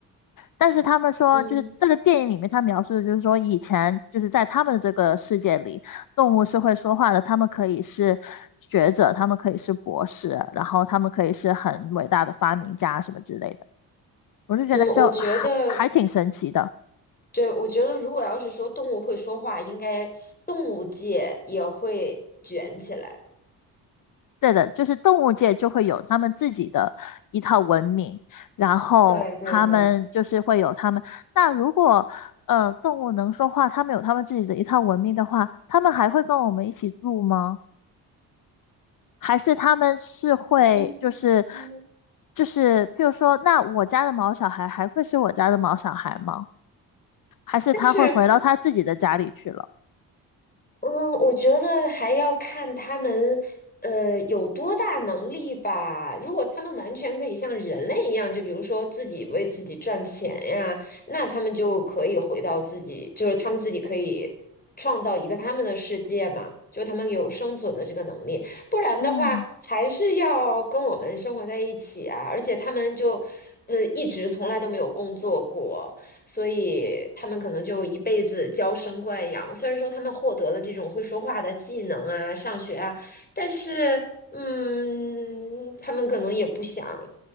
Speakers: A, on the left; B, on the left.
A: 但是他们说，
B: 嗯
A: 就是这个电影里面他描述的就是说，以前就是在他们的这个世界里，动物是会说话的，他们可以是学者，他们可以是博士，然后他们可以是很伟大的发明家什么之类的。我就觉得就还还挺神奇的。
B: 嗯，我觉得，对，我觉得如果要是说动物会说话，应该动物界也会卷起来。
A: 对的，就是动物界就会有他们自己的一套文明，然后他们就是会有他们。
B: 对对对，
A: 那如果呃动物能说话，他们有他们自己的一套文明的话，他们还会跟我们一起住吗？还是他们是会就是
B: 嗯，
A: 就是譬如说，那我家的毛小孩还会是我家的毛小孩吗？还是他会回到他自己的家里去了？
B: 但是。嗯，我觉得还要看他们，呃，有多大能力吧。如果他们完全可以像人类一样，就比如说自己为自己赚钱呀，那他们就可以回到自己，就是他们自己可以创造一个他们的世界嘛，就他们有生存的这个能力。不然的话，
A: 嗯。
B: 还是要跟我们生活在一起啊。而且他们就，呃，一直从来都没有工作过。所以他们可能就一辈子娇生惯养。虽然说他们获得了这种会说话的技能啊，上学啊，但是，嗯，他们可能也不想